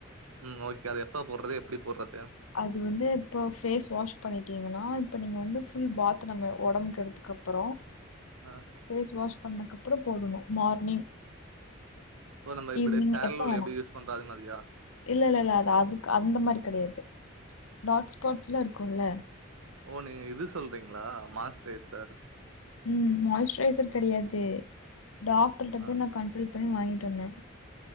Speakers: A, on the right (about 90°); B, on the left (about 80°).
A: ம் ஓகே அது எப்ப போடுறது எப்டி போடுறது
B: அது வந்து இப்ப பேஸ் வாஷ் பண்ணிட்டீங்கன்னா இப்ப நீங்க வந்து புல் பாத் நம்ம வொடம்புக்கு எடுத்துக்கு அப்பறோ
A: ஆ
B: ஃபேஸ் வாஷ் பண்ணக்கப்பறம் போடணு மார்னிங்
A: ஓ நம்ம இப்டி
B: ஈவினிங்
A: ஃபேர்லவ்லி
B: எப்ப வேணு
A: எப்டி யூஸ் பண்றோ அது மாதிரியா
B: இல்ல இல்ல இல்ல அது அதுக்கு அந்த மாரி கெடையாது டாட் ஸ்பாட்ஸ்ல இருக்கும்ல
A: ஓ நீங்க இது சொல்றீங்களா மாஸ்டேசர்
B: உம் மாயஸ்சுரைசர் கெடையாது டாக்டர்ட்ட
A: ஆ
B: போய் நா கன்சல்ட் அப்பனு வாங்கிட்டு வந்தே